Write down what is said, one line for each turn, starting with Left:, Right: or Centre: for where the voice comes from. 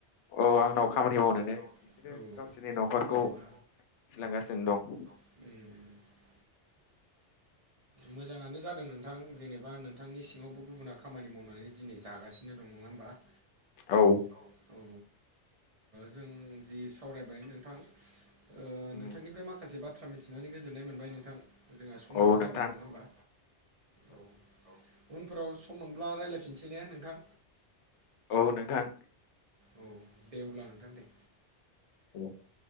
Left: औ आंनाव
Right: जेनेबा
Left: खामानि मावनानै बिसोरो
Right: औ
Left: गावसोरनि न'खरखौ
Right: जेनेबा
Left: सोलिलांगासिनो दं।
Right: उम उम मोजाङानो जादों नोंथां जेनेबा नोंथांनि सिङावबो गुबुना खामानि मावनानै दिनै जागासिनो दं नङा होमबा। <inaudible>
Left: औ
Right: औ ओ जों जि सावरायबाय नोंथां। ओ
Left: उम,
Right: नोंथांनिफ्राय माखासे बाथ्रा मिथिनानै गोजोननाय मोनबाय नोंथां। जोंहा समाबो
Left: औ
Right: जाबाय
Left: नोंथां
Right: नङा होमबा? औ। उनफोराव सम मोनब्ला रायलायफिनसै ने नोंथां?
Left: औ नोंथां।
Right: औ दे अब्ला नोंथां दे।
Left: <inaudible>